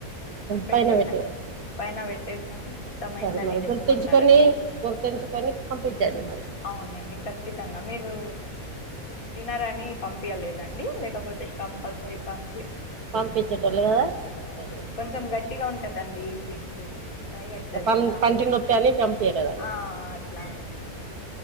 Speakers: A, on the left; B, on the right.
A: పెట్టసామండి
B: పైన పెట్టారు
A: పైన పెట్టేసాం కతమైందని
B: సరే మరి
A: చెప్పమన్నారండి
B: గుర్తుంచుకొని గుర్తుంచుకొని పంపించండి మరి
A: అవునండి ఖచ్చితంగా మీరు తినరని పంపించలేదండి లేకపోతే కంపల్సరీ పంపిస్తుండే
B: పంపించేటోళ్ళు కదా సరే
A: అవును కొంచెం గట్టిగా ఉంటందండి పీస్లు ఫ్రై అయితది
B: కొంచం పన్
A: కదా
B: పంటి నొప్పని పంపియలేదన
A: ఆ అట్లా అని